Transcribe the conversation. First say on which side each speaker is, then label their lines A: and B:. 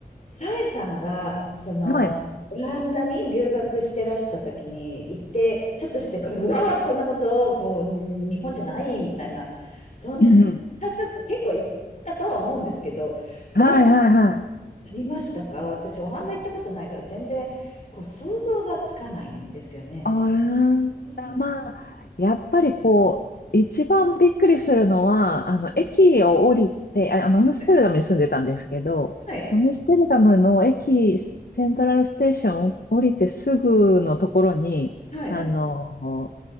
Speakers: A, on the left; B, on the left.
A: さえさんが、その、
B: はい。
A: オランダに留学してらした時に行って、ちょっとしてから、うわあ、こんなこと、こう、ん日本じゃないみたいな、そんな感じがちょっと結構いっぱいあったとは思うんですけど、
B: うんうん。はいはいはい。
A: どうありましたか私、オランダ行ったことないから、全然、こう、想像がつかないんですよね。
B: あなまあ、
A: うん
B: やっぱりこう、一番びっくりするのは、あの、
A: うん
B: 駅を降りて、あ、あのアムステルダムに住んでたんですけど、
A: うんはい。
B: アムステルダムの駅、セントラルステーションを降りてすぐのところに、
A: はい。
B: あの、